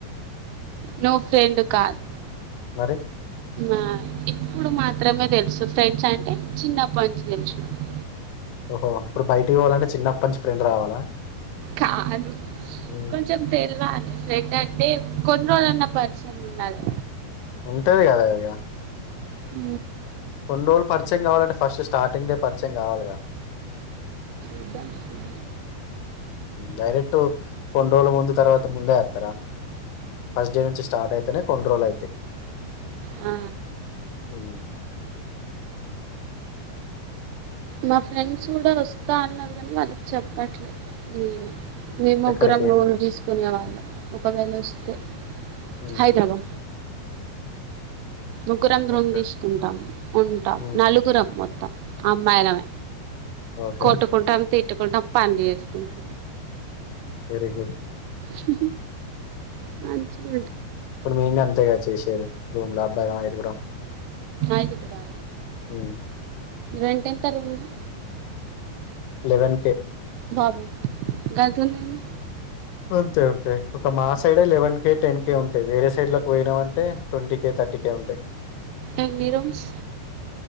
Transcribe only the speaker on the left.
మరి
ఒహో ఇప్పుడు బయటకి పోవలంటె చిన్నప్పన్చి ఫ్రెండ్ రావాలా
ఉమ్,
ఉంటదిగద ఇగ
కొన్ రోలు పరిచయం కావాలంటే ఫస్ట్ స్టార్టింగ్ డే పరిచయం కావాలగా
డైరెక్టు కొన్ రోలు ముందు తర్వాత ముందే ఏత్తరా ఫస్ట్డే నుంచి స్టార్ట్ అయితనే కొన్ రోలయితయ్
ఊ
ఎక్కడికి
ఉహు,
ఓకే
ఉమ్,
ఓకే
ఎయ్యొద్
ఇప్పుడు మేం గంతేగా చేషేది రూమ్ల అబ్బాయిలం ఐదుగురం
ఉమ్
లెవన్ కే
అంతే ఉంటై ఒక మా సైడే లెవెన్ కే టెన్ కే ఉంటై వేరే సైడ్లకి పొయినవంటే ట్వంటీ కే త ర్టీ కే ఉంటై